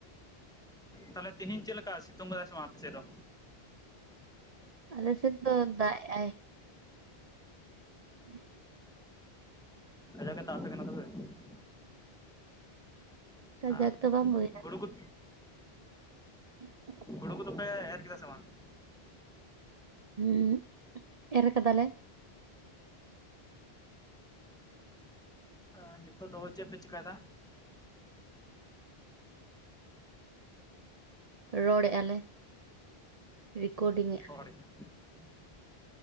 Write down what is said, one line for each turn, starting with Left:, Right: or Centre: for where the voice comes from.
Centre: ᱛᱟᱦᱚᱞᱮ, ᱛᱮᱦᱮᱧ ᱪᱮᱫ ᱞᱮᱠᱟ? ᱥᱤᱛᱩᱝ ᱟᱠᱟᱫᱟᱭ ᱥᱮ ᱵᱟᱝ, ᱟᱯᱮ ᱥᱮᱫ ᱫᱚ?
Right: ᱟᱞᱮ ᱥᱮᱫ ᱫᱚ, ᱫᱟᱜ ᱮᱜᱼᱟᱭ ᱾ ᱦᱮᱸ <unintelligible>
Centre: ᱠᱟᱡᱟᱠ ᱮ, ᱫᱟᱜ ᱟᱯᱮ ᱠᱟᱱᱟ, ᱛᱚᱵᱮ ᱾
Right: ᱠᱟᱡᱟᱠ
Centre: ᱟᱨ
Right: ᱫᱚ ᱵᱟᱝ, ᱵᱟ. ᱭᱱᱟ
Centre: ᱦᱩᱲᱩ
Right: ᱾
Centre: ᱠᱚ
Right: <unintelligible>
Centre: ᱠᱟᱵᱩ ᱫᱚᱯᱮ, ᱮᱨ ᱠᱮᱫᱟ ᱥᱮ ᱵᱟᱝ?
Right: ᱦᱩᱸᱻ, ᱮᱨ ᱟᱠᱟᱫᱟᱞᱮ ᱾
Centre: ᱟᱻ, ᱱᱤᱛᱚᱜ ᱫᱚ, ᱪᱮᱫ ᱯᱮ ᱪᱤᱠᱟ ᱭᱮᱫᱟ?
Right: ᱨᱚᱲᱮᱜᱼᱟ ᱞᱮ ᱨᱮᱠᱳᱰᱤᱝ ᱮᱜᱼᱞᱮ᱾
Centre: ᱦᱚᱲ <inaudible>